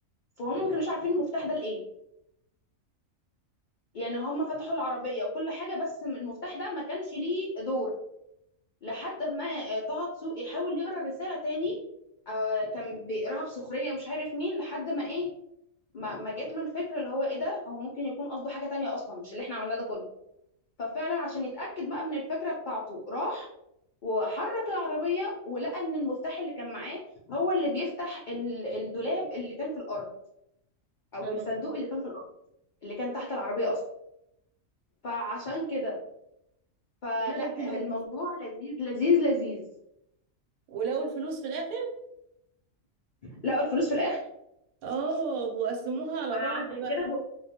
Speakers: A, on the left (about 80°); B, on the right (about 85°).
A: فهم ما كانوش عارفين المفتاح ده لايه يعني هم فتحوا العربيه وكل حاجه بس المفتاح ده ما كانش ليه دور لحد ما آه، طه دسوقي حاول يقرا رساله تاني آه، كان بيقراها بسخريه مش عارف مين لحد ما ايه ما ما جات له الفكره اللي هو ايه ده هو ممكن يكون قصده حاجه تانية اصلا مش اللي احنا عملناه ده كله ففعلا عشان يتأكد بقى من الفكرة بتاعته راح وحرك العربية ولقى إن المفتاح اللي كان معاه هو اللي بيفتح ال- الدولاب اللي كان في الأرض أو
B: آه.
A: الصندوق اللي كان في الأرض اللي كان تحت العربية أصلا فعشان كده فلا
B: ولقوا الفلوس
A: الموضوع لذيذ لذيذ لذيذ
B: ولقوا الفلوس في الاخر
A: لقوا الفلوس في الآخر
B: اه وقسموها على
A: فعشان
B: بعض بقى
A: كده ب...